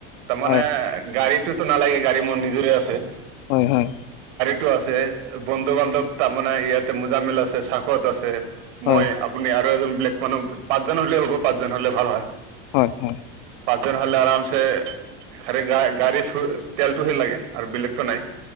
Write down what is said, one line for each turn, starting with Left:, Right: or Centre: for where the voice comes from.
Right: তাৰমানে
Left: হয়
Right: গাড়ীতোটো নালাগে, গাড়ী মোৰ নিজৰে আছে।
Left: হয়-হয়
Right: টো আছে, বন্ধু-বান্ধৱ তাৰমানে ইয়াতে মোজামিলা আছে, চাকত আছে।
Left: হয়
Right: মই, আপুনি আৰু এজন বেলেগ মানুহ পাঁচজন হ'লে হ'ব, পাঁচজন হলে ভাল হয়।
Left: হয়-হয়
Right: পাঁচজন হ'লে আৰামছে, খালি‌ গা-গাড়ী তেলটোহে লাগে আৰু বেলেগতো নাই।